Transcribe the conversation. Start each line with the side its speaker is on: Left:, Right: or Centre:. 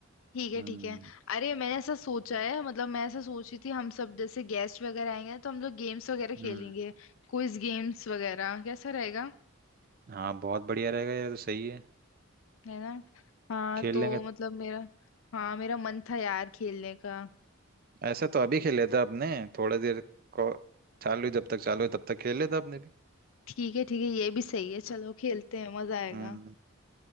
Left: ठीक है
Right: हम्म
Left: ठीक है अरे मैंने ऐसा सोचा है मतलब मैं ऐसा सोच रही थी हम सब जैसे गेस्ट वगैरह आएंगे तो हम लोग गेम्स वगैरह
Right: हम्म
Left: खेलेंगे क्विज गेम्स वगैरह कैसा रहेगा
Right: हाँ बहुत बढ़िया रहेगा यार ये तो सही है
Left: है ना हाँ
Right: खेल
Left: तो
Right: लेंगे
Left: मतलब मेरा हाँ मेरा मन था यार खेलने का
Right: ऐसा तो अभी खेल लेता अपने थोड़ा देर को चालू है, जब तक चालू है तब तक खेल लेता अपने भी
Left: ठीक है ठीक है ये भी सही है चलो खेलते हैं मजा आएगा
Right: हम्म